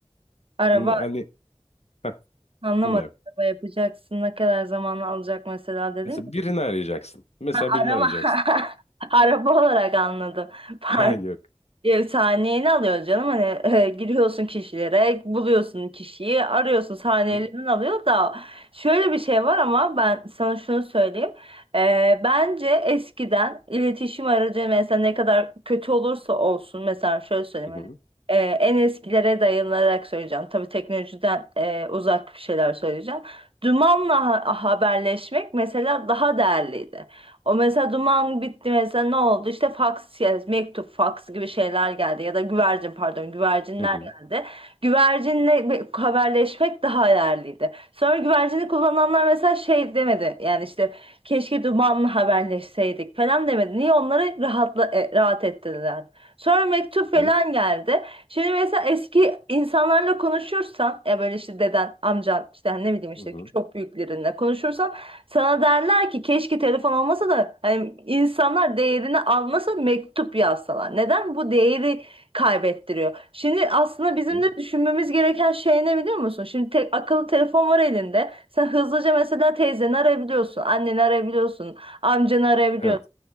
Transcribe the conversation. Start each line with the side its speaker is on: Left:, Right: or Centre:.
Right: Araba
Left: N- Hani heh,
Right: Anlamadım.
Left: dinliyorum.
Right: Araba yapacaksın. Ne kadar zaman alacak mesela dedin.
Left: Mesela birini arayacaksın. Mesela
Right: Araba.
Left: birini arayacaksın.
Right: <laughs> Araba olarak anladım. <laughs> Pardon.
Left: <laughs> Ha yok.
Right: Bir sahneyini alıyor canım hani <laughs> giriyorsun kişilere buluyorsun kişiyi arıyorsun sahnelerini
Left: Hı hı.
Right: alıyor da şöyle bir şey var ama ben sana şunu söyleyeyim E, bence eskiden iletişim aracı mesela ne kadar kötü olursa olsun mesela şöyle söyleyeyim
Left: Hı hı.
Right: hani, e, en eskilere dayanarak söyleyeceğim tabii teknolojiden e, uzak bir şeyler söyleyeceğim dumanla ha- haberleşmek mesela daha değerliydi. O mesela duman bitti mesela ne oldu? İşte fax, yani mektup, fax gibi şeyler geldi ya da güvercin pardon güvercinler
Left: Hı hı.
Right: geldi. Güvercinle bir haberleşmek daha değerliydi. Sonra güvercini kullananlar mesela şey demedi. Yani işte keşke dumanla haberleşseydik falan demedi. Niye onları rahatla, e, rahat ettirdiler. Sonra mektup
Left: Hı
Right: falan
Left: hı.
Right: geldi. Şimdi mesela eski insanlarla konuşursan ya böyle işte deden, amcan işte hani ne bileyim işte
Left: Hı hı.
Right: çok büyüklerinle konuşursan sana derler ki keşke telefon olmasa da hani insanlar değerini anlasa mektup yazsalar. Neden bu değeri kaybettiriyor? Şimdi aslında
Left: Hı
Right: bizim
Left: hı.
Right: de düşünmemiz gereken şey ne biliyor musun? Şimdi tek akıllı telefon var elinde. Sen hızlıca mesela teyzeni arayabiliyorsun, anneni arayabiliyorsun, amcanı arayabiliyorsun.
Left: Evet.